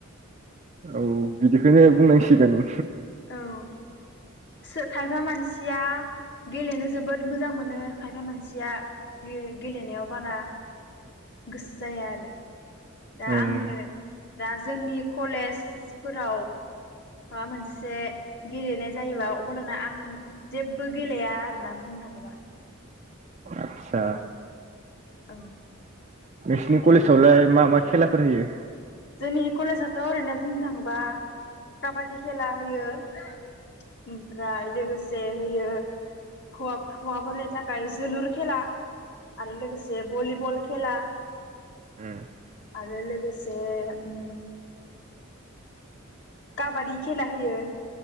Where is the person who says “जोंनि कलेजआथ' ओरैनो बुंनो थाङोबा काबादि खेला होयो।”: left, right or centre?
Left